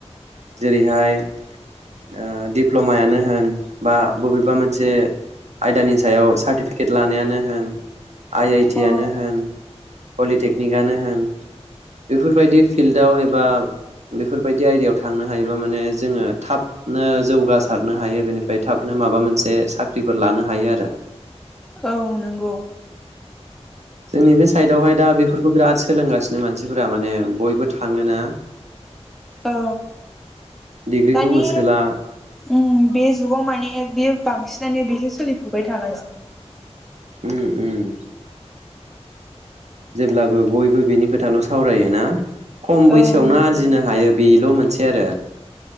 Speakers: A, on the right; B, in the centre.
A: जेरैहाय ओ दिप्ल'मायानो होन बा बबेबा मोनसे आयदानि सायाव सा टिफिकेट लानायानो होन आइ आइ टि
B: औ
A: आनो होन पलिटेकनिकआनो होन बेफोरबायदि फिल्डआव एबा बेफोरबायदि आयदायाव थांनो हायोबा माने जोङो थाबनो जौगासारनो हायो बेनिफाय थाबनो माबा मोनसे साख्रिफोर लानो हायो आरो
B: औ नोंगौ
A: जोंनि बे साइदावहाय दा बेफोरखौ बिराद सोलोंगासिनो मानसिफोरा माने बयबो थाङोना
B: औ
A: डिग्रिखौ
B: दानि
A: होसोला
B: उम बे जुगाव माने बेयो बांसिनानो बेसो सोलिफुबाय थागासिनो
A: उम उम जेब्लाबो बयबो बिनि खोथाल' सावरायो ना? खम बैसोआवनो
B: औ नंगौ
A: आरजिनो हायो बिल'मोन से आरो